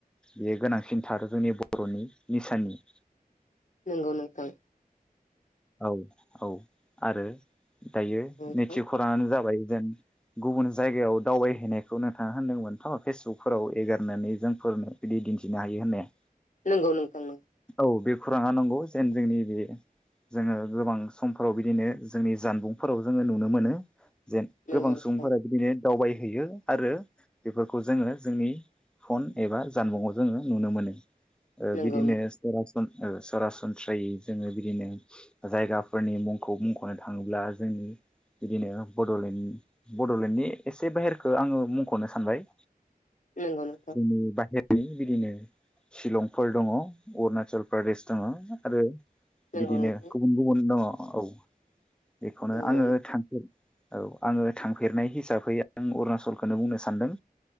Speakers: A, in the centre; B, on the left.
A: बेयो गोनांसिनथार जोंनि बरनि निसाननि
B: नंगौ नोंथां
A: औ-औ आरो दायो
B: नोंथां
A: नैथि खराङानो जाबाय जेन गुबुन जायगायाव दावबायहैनायखौ नोंथाङा होनदोंमोनथ फेसबुकफोराव एगारनानै जोंफोरनो बिदि दिन्थिनो हायो होननाया
B: नंगौ नोंथां नोंगौ
A: औ बेखौ राङा नंगौ जेन जोंनि बे जोङो गोबां समफोराव बिदिनो जोंनि जानबुंफोराव जोङो नुनो मोनो जेन
B: नंगौ
A: गोबां
B: नोंथां
A: सुबुंफोरा बिदिनो दावबायहैयो आरो बेफोरखौ जोङो जोंनि फन एबा जानबुंआव जोङो नुनो मोनो। ओ
B: नंगौ
A: बिदिनो सरास सरासनस्रायै जोङो बिदिनो जायगाफोरनि मुंखौ मुंखनो थाङोब्ला जोंनि बिदिनो बडलेण्ड बडलेण्डनि एसे बाहेरखौ आङो मुंखनो सानबाय
B: नोंगौ नोंथां
A: जोंनि बाहेरनि बिदिनो शिलंफोर दङ अरुणाचल प्रदेश दङ आरो
B: नंगौ
A: बिदिनो
B: नोंथां
A: <unintelligible> दङ औ बेखौनो
B: नंगौ
A: आङो थांगोन औ आङो थांफेरनाय हिसाबै आं अरुणचलखौनो बुंनो सानदों